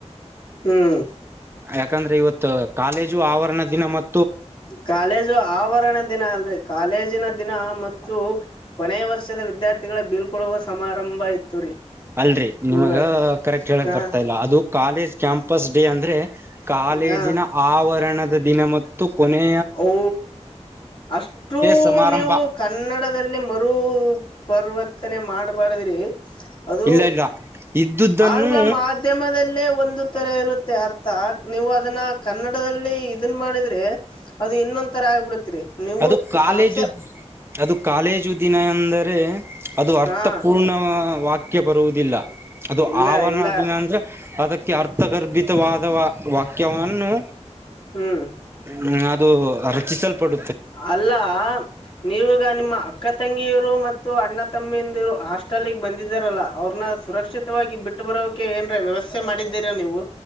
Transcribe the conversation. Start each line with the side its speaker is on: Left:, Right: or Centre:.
Left: ಹ್ಮ್
Right: ಯಾಕಂದ್ರೆ ಇವತ್ತು ಕಾಲೇಜು ಆವರಣ ದಿನ ಮತ್
Left: ಕಾಲೇಜು ಆವರಣ ದಿನ ಅಲ್ರಿ, ಕಾಲೇಜಿನ ದಿನ ಮತ್ತು ಕೊನೆಯ ವರ್ಷದ ವಿದ್ಯಾರ್ಥಿ ಬೀಳ್ ಕೊಡುವ ಸಮಾರಂಭ ಇತ್ತು ರೀ
Right: ಅಲ್ರರಿ
Left: ಗುರುಗಳೇ
Right: ನಿಮಗ ಕರೆಕ್ಟ್ ಹೇಳಕ್
Left: ಹಾ
Right: ಬರ್ತಾ ಇಲ್ಲ ಅದು ಕಾಲೇಜ್ ಕ್ಯಾಂಪಸ್ ಡೇ ಅಂದ್ರೆ ಕಾಲೇಜಿನ
Left: ಹಾ
Right: ಆವರಣದ ದಿನ ಮತ್ತು ಕೊನೆ
Left: ಓ ಅಷ್ಟು
Right: ಸಮಾರಂಭ
Left: ನೀವು ಕನ್ನಡದಲ್ಲಿ ಮರು ಪರ್ವರ್ತನೆ ಮಾಡ್ಬಾರ್ದ್ರಿ ಅದು
Right: ಇಲ್ಲ ಇಲ್ಲ ಇದ್ದುದನ್ನು
Left: ಆಂಗ್ಲ ಮಾಧ್ಯಮದಲ್ಲೇ ಒಂದು ಒ ತರ ಇರುತ್ತೆ ಅರ್ಥ ನೀವು ಅದನ್ನ ಕನ್ನಡದಲ್ಲಿ ಇದನ್ ಮಾಡಿದ್ರೆ ಅದು ಇನ್ನೊಂದ ತರ ಆಗ್ಬಿಡತ್ರಿ ನೀವು
Right: ಅದು ಕಾಲೇಜು
Left: ಕೌನ್ಸೆ
Right: ಅದು ಕಾಲೇಜು ದಿನ ಎಂದರೆ ಅದು ಅರ್ಥಪೂರ್ಣ
Left: ಹಾ
Right: ವಾಕ್ಯ ಬರುವುದಿಲ್ಲ ಅದು
Left: ಇಲ್ಲ
Right: ಆವರಣ
Left: ಇಲ್ಲ
Right: ದಿನ ಅಂದ್ರೆ ಅದಕ್ಕೆ ಅರ್ಥಗರ್ಭಿತವಾದ ವಾಕ್ಯವನ್ನು
Left: ಹ್ಮ್
Right: ಹ್ಮ್ ಅದು ರಚಿಸಲ್ಪಡ
Left: ಅಲ್ಲ ನೀವಗ ನಿಮ್ಮ ಅಕ್ಕ ತಂಗಿಯರು ಮತ್ತು ಅಣ್ಣ ತಮ್ಮಿಂದಿರು ಹಾಸ್ಟೆಲ್ಗೆ ಬಂದಿದ್ದಾರಲ್ಲಾ ಅವ್ರನ್ನ ಸುರಕ್ಷಿತವಾಗಿ ಬಿಟ್ಟು ಬರೋಕೆ ಏನ್ ವ್ಯವಸ್ಥೆ ಮಾಡಿದ್ದೀರ ನೀವು